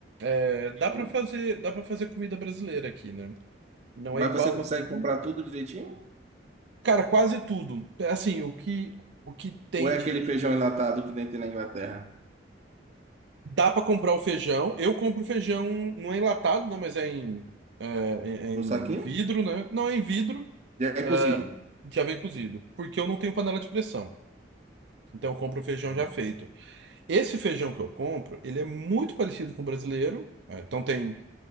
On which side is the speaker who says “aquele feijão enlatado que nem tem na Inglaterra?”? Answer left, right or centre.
Right